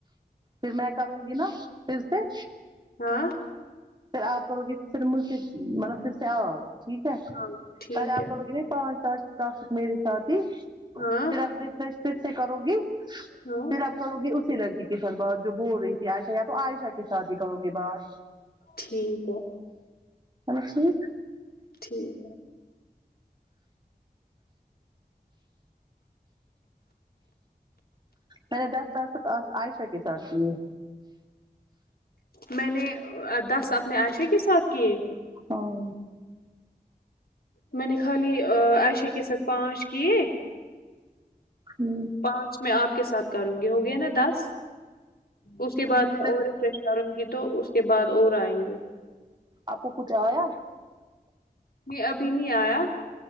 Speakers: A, on the right; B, on the left.
A: پھر میں کروں گی نا پھر سے
B: ہاں
A: پھر آپ کرو گے پھر مجھے سے مطلب پھر سے آپ ٹھیک ہے
B: ہاں ٹھیک
A: پہلے آپ
B: ہے
A: کو پانچ ٹاسک میرے ساتھ ہی
B: ہاں
A: پھر ریفریش پھر سے کرو گی
B: ہاں
A: پھر اپ کرو گی اسی لڑکی کو سربات جو بول رہی تھی عائشہ یا تو عائشہ کے ساتھ ہی کرو گی بات
B: ٹھیک ہے
A: مطلب ٹھیک
B: ٹھیک
A: میں نے دس سال کے پاس عائشہ کے ساتھ کی ہے
B: میں نے دس اپنے عائشہ کے ساتھ کیے
A: ہاں
B: میں نے خالی عائشہ کے ساتھ پانچ کیے
A: ہمم
B: پانچ میں آپ کے ساتھ کروں گی ہو گیا نا دس اس کے بعد میں
A: پھر
B: اور رفریش کروں گی تو اس کے بعد اور آئیں گے
A: آپکو کچھ آیا
B: نہیں ابھی نہیں آیا